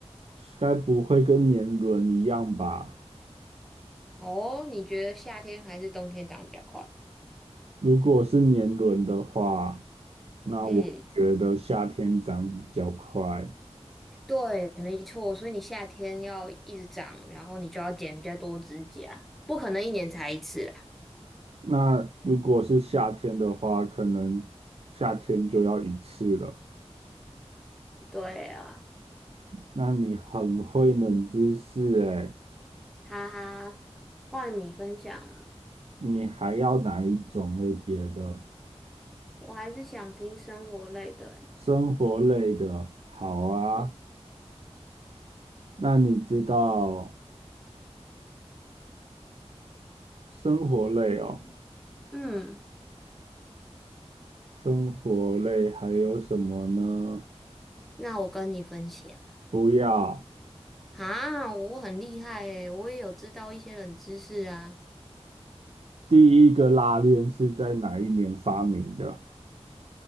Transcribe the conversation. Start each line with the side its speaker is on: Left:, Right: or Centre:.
Right: 该不会跟年轮一样吧？
Centre: 哦，你觉得夏天还是冬天长比较快？
Right: 如果是年轮的话，那我觉得夏天长比较快。
Centre: 嗯，对，没错，所以你夏天要一直长，然后你就要剪比较多指甲，不可能一年才一次啊。
Right: 那如果是夏天的话，可能夏天就要一次了。
Centre: 对啊，
Right: 那你很会冷知识诶，
Centre: 哈哈，换你分享了，
Right: 你还要哪一种类别的？
Centre: 我还是想听生活类的欸。
Right: 生活类的，好啊。
Centre: 嗯
Right: 那你知道生活类哦？
Centre: 嗯嗯，
Right: 生活类还有什么呢？
Centre: 那我跟你分享
Right: 不要，
Centre: 啊，我很厉害诶，我也有知道一些冷知识啊。
Right: 第一个拉链是在哪一年发明的？